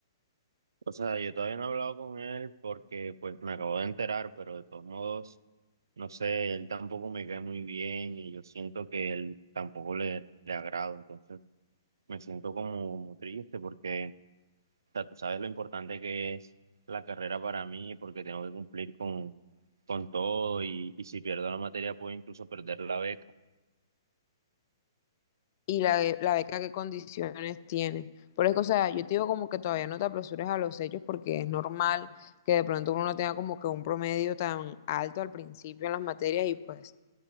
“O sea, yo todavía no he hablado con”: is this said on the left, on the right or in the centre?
Right